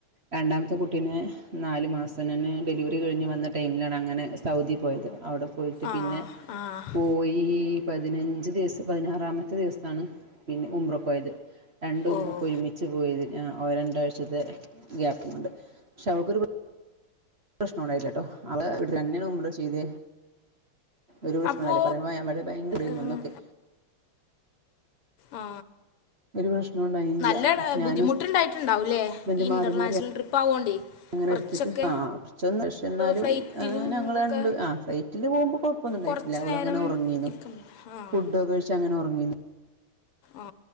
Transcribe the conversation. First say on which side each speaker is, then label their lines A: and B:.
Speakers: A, on the right; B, on the left.
A: രണ്ടാമത്തെ കുട്ടീനെ നാല് മാസം ഞാന് ഡെലിവറി കഴിഞ്ഞ് വന്ന ടൈമിലാണ് അങ്ങനെ സൗദി പോയത് അവടെ പോയിട്ട്
B: ആഹ്
A: പിന്നെ
B: ആഹ്
A: പോയി പതിനഞ്ച് ദിവസം പതിനാറാമത്തെ ദിവസാണ് പിന്ന ഉമ്രക്കോയത് രണ്ട് ഉമ്ര
B: ഓഹ്
A: ഒരുമിച്ച് പോയി ആ രണ്ടാഴ്ചത്തെ ഗ്യാപ്പുണ്ട് പക്ഷെ അവക്കൊരു പ്രശ്നണ്ടായില്ലട്ടോ അവ <unintelligible> മുമ്പേ ചെയ്തേ ഒരു പ്രഷ്നോണ്ടായില്ല
B: അപ്പോ
A: പറയുമ്പോ ഭയങ്കരേർന്നു
B: ഏഹ്
A: അന്നൊക്കെ
B: ആ
A: ഒരു പ്രശ്നം ഉണ്ടായില്ല
B: നല്ല
A: ഞാനും
B: ബുദ്ധിമുട്ടുണ്ടായിട്ടുണ്ടാവുല്ലേ
A: ഹസ്ബൻഡ്
B: ഈ
A: മാറി
B: ഇന്റർനാഷണൽ
A: മാറി
B: ട്രിപ്പ് ആവോണ്ടേ
A: അങ്ങനെ
B: കുറച്ചൊക്കെ
A: എടുത്തിട്ട് ആ കുറച്ചൊന്ന് പക്ഷേ എന്നാലും
B: ഫ്ലൈറ്റിലും
A: ഞങ്ങള്
B: ഒക്കെ
A: രണ്ട് ആ ഫ്ലൈറ്റിൽ പോകുമ്പോ കൊഴ കൊഴപ്പൊന്നുണ്ടായിട്ടില്ല
B: കുറച്ച്
A: അവള്
B: നേരം
A: അങ്ങനെ ഒറങ്ങീന്ന്
B: ഇരിക്കണ്ടേ ആഹ്
A: ഫുഡ് ഒക്കെ കഴിച്ച് അങ്ങനെ ഒറങ്ങിന്നു
B: ആ